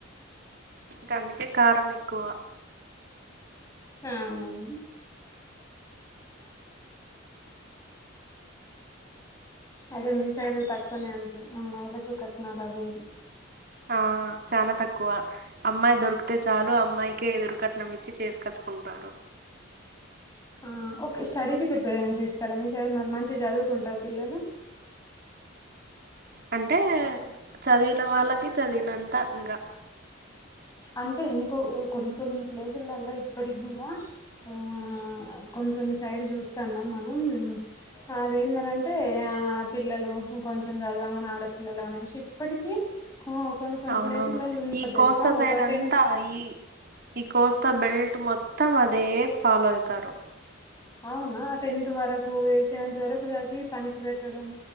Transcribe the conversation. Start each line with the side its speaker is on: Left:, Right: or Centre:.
Right: గందుకే కారం ఎక్కువ
Left: అవునవును అయితె మీ సైడ్ తక్కువనే అంట అమ్మయిలకు కట్నాలవి ఇవి
Right: ఆ చాన తక్కువ అమ్మాయి దొరికితే చాలు అమ్మాయికే ఎదురు కట్నం ఇచ్చి చేసుకోచ్చుకుంటారు
Left: ఆ ఓకే స్టడీకి ప్రిపరేషన్స్ ఇస్తారా మీ సైడ్ మరి మంచిగా చదువుకుంటారా పిల్లలు
Right: అంటే చదివిన వాళ్ళకి చదివినంత ఇంకా
Left: అంటే ఇంకో కొన్ని కొన్ని ప్లేసులల్లా ఇప్పటికి కూడా ఆ కొన్ని కొన్ని సైడ్ చూస్తాన్నాం మనం అదేంటంటే ఆ పిల్లలు కొంచెం చదవాంగానే ఆడపిిల్లలు అనేసి ఇప్పటికీ కో కొన్ని కొన్ని
Right: అవునవును
Left: ప్లేసులలో ఉన్నారు
Right: ఈ కోస్తా
Left: తెలుసా
Right: సైడ్
Left: ఒక
Right: అంతా
Left: టెన్త్
Right: ఈ ఈ కోస్తా బెల్ట్ మొత్తం అదే ఫాలో అవుతారు
Left: అవునా టెన్త్ వరకు సెవెంత్ వరకు చదివి పనికి పెట్టడం